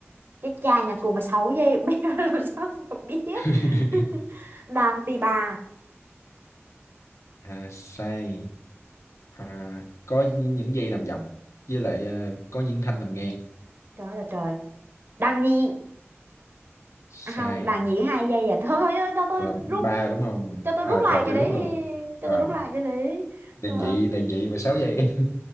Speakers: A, on the right (about 50°); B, on the left (about 85°).
A: cái cha nhà cùng mà 6 giây <laughs> bây giờ làm sao mà biết
B: <laughs>
A: <laughs> Đàn tì bà
B: à, say à, có những dây nằm dọc với lại à, có những thanh nằm ngang
A: trời ơi là trời đàn nhị
B: sai
A: à không đàn nhị hai giây à thôi ơi, cho tôi
B: là ba
A: rút
B: đúng không
A: cho tôi
B: à
A: rút lại
B: rồi
A: cái
B: cho
A: đấy
B: rút
A: đi
B: luôn rồi
A: cho tôi rút lại cái đấy
B: đề
A: Ờ,
B: nghị đề nghị mà sáu giây